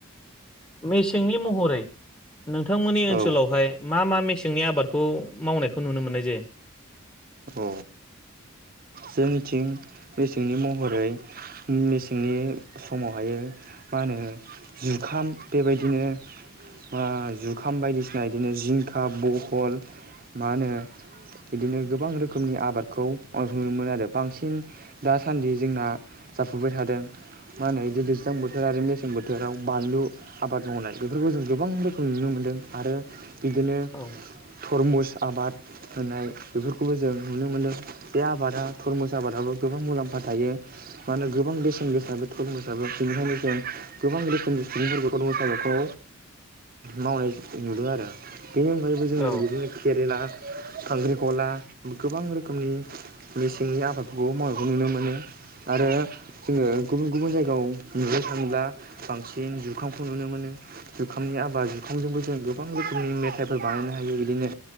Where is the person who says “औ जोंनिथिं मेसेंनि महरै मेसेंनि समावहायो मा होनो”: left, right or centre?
Right